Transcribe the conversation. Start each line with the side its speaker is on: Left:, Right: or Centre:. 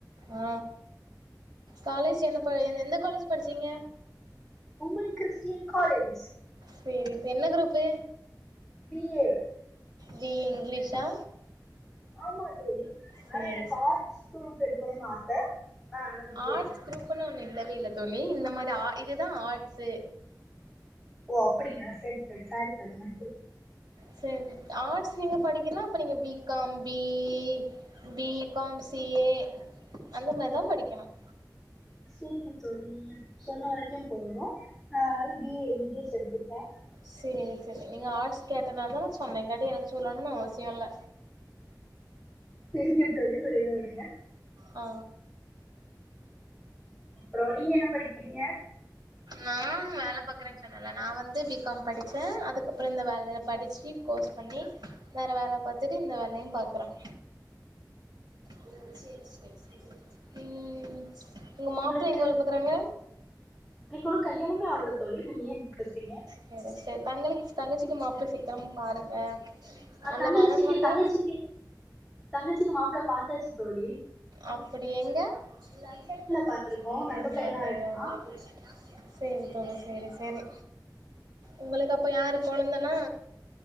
Right: ஆ காலேஜ் என்ன ப எந்த காலேஜ் படிச்சீங்க
Centre: உமன் கிறிஸ்டியன் காலேஜ்
Right: சேரி சே என்ன group
Centre: B A
Right: B A இங்கிலீஷா
Centre: ஆமா தோழி
Right: சேரி
Centre: ஆனா எனக்கு ஆர்ட்ஸ் குரூப் எடுக்கணுனு ஆச நா ஆனா பி ஏ
Right: ஆட்ர்ஸ்
Centre: எடுத்திருக்கே
Right: குரூப் இப்பணும் ஒன்னு இல்லவே இல்ல தோழி இந்த மாரி இதுதா ஆர்ட்ஸு
Centre: ஓ அப்புடியா செரி தோழி சாரி தோழிங்க
Right: சேரி ஆர்ட்ஸ் நீங்க படிக்கீன்னா அப்ப நீங்க B com B E B com C A அந்த மாரிதா படிக்கணும்
Centre: செரிங்க தோழி நீங்க சொன்ன வரைக்கும் போதும் நா பி ஏ இங்லிஷ் எடுத்துப்ப
Right: சேரி சேரி நீங்க ஆர்ட்ஸ் கேட்டனால தா நா சொன்னேன் இல்லாட்டி எனக்கு சொல்லணும் அவசியம் இல்ல
Centre: செரிக்க தோழி விடுங்க விடுங்க
Right: ஆ
Centre: அப்றோம் நீங்க என்ன படிக்கிறீங்க
Right: நான் வேல பாக்குறேன் சொன்னல நா வந்து பி காம் படிச்சேன் அதுக்கப்பறம் இந்த வேலல படிச்சி கோர்ஸ் பண்ணி‌ வேற வேல பாத்துட்டு இந்த வேலையும் பாக்குறேன் ஓ சேரி சேரி உம் ஒங்க மாப்புள்ள
Centre: உங்களுக்கு
Right: எங்க வேல பாக் க்குறங்க
Centre: உங்களுக்கு ஒன்னு கல்யாணமே ஆவல தோழி நீங்க ஏ இப்டி பேசுறீங்க
Right: செரி செரி தங்களுக்கு தங்கச்சிக்கு மாப்ள செ தம் பாருங்க
Centre: அ
Right: நல்ல
Centre: தங்கலச்சிக்கு
Right: வரன் வந்தா
Centre: தங்கச்சிக்கு தங்கச்சிக்கு மாப்ள்ள பாத்தாச்சு தோழி
Right: அப்டி எங்க லண்டன்ல பாத்துருக்கோ
Centre: பாத்துருக்கோ நல்ல பையனா இருக்கா
Right: சேரி தோழி சேரி சேரி உங்களுக்கு அப்ப யாரு கொழுந்தனா